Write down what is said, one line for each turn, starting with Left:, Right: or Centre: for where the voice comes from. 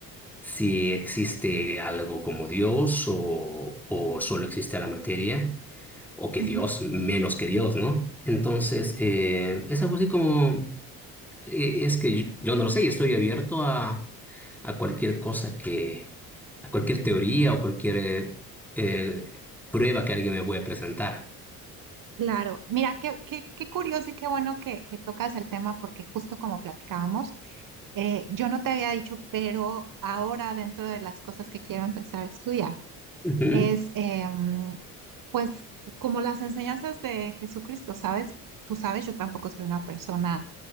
Centre: si existe algo como Dios o, o solo existe la materia. o que
Right: ujú.
Centre: Dios, menos que Dios, ¿no? Entonces, eh, es algo así como, eh, es que yo, yo no lo sé y estoy abierto a, a cualquier cosa que, a cualquier teoría o cualquier eh, eh, prueba que alguien me pueda presentar.
Right: Claro, mira, qué, qué, qué curioso y qué bueno que, que tocas el tema porque justo como platicábamos, eh, yo no te había dicho, pero ahora dentro de las cosas que quiero empezar a estudiar
Centre: Ujú.
Right: es em, pues como las enseñanzas de Jesucristo, ¿sabes? Tú sabes, yo tampoco soy una persona